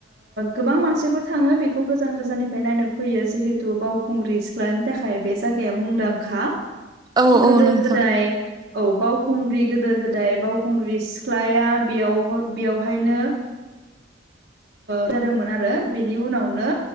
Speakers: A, on the right; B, on the right.
A: गोबां मानसिफोर थाङो। बेखौ गोजान गोजाननिफ्राय नायनो फैयो जिहेथु बाव खुंग्रि सिख्लानि थाखाय बे जायगाया मुंदांखा।
B: औ
A: गोदो
B: औ नोंथां
A: गोदाय औ। बावखुंग्रि गोदो गोदाय बावखुंग्रि सिख्लाया बेयाव बेयावहायनो जादोंमोन आरो। बेनि उनावनो